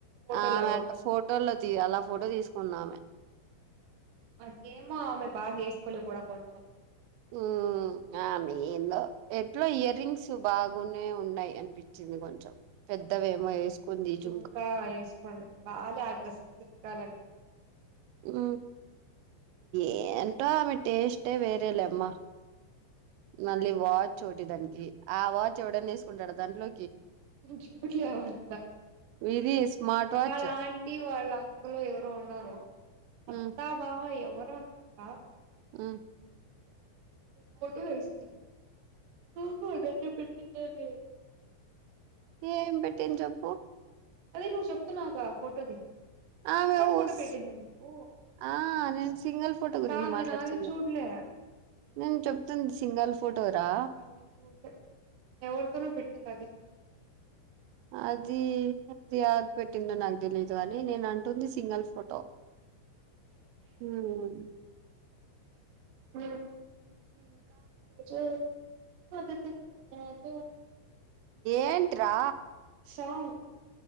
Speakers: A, on the right; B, on the right.
A: ఫోటోలో
B: ఆమె ఫోటోల్లోతీ అలా ఫోటో తీసుకుందామే
A: అసలేం బాలే బాగవేసుకోలేకపోయారా కొంచం
B: ఉ ఆ ఏందో ఎట్ల ఇయర్ రింగ్స్ బాగునే ఉన్నాయి అనిపించింది కొంచెం పెద్దవేమో వేసుకుంది జు
A: ఇంకా యేసుకొని బాలే ఆ డ్రెస్సుకి సెట్ కాలే
B: ఉమ్
A: నాకు
B: ఏంటో ఆమె టేస్టీ వేరేలే అమ్మ ఎలా వచు చూడదది ఆ వాచ్ ఎవడైనా తీసుకుంటాడు దాంట్లో
A: చూట్లేవ అంత
B: ఇది స్మార్ట్ వాచ్
A: వాళ్ళంటి వాళ్ళ అంకులు ఎవరో ఉన్నారు అత్తా
B: హ్మ్
A: బావ ఎవరో అనుకుంటా
B: మ్
A: ఫోటో ఏసింది కఫోటో అయితే పెట్టినది
B: ఏం పెట్టింది చెప్పు
A: అదే నువ్వు చెప్తున్నాగా ఫోటో ది
B: ఆమె
A: సింగల్ ఫోటో
B: ఊస్
A: పెట్టింద నీకు
B: ఆ నేను సింగిల్ ఫోటో గురించి
A: కాదు
B: మాట్లాడుతున్నా
A: నేను అది చూడలే
B: నేను చెప్తుంది సింగల్ ఫోటోరా
A: నేను చూడలే ఎవరితోనో పెట్టింది అది చూసింది
B: అది అది యాద్ పెట్టిందో నాకు తెలీదు కని నేను అంటుంది సింగిల్ ఫోటో మ్
A: ఈ రోజు అద జ
B: ఏంట్రా
A: సాంగ్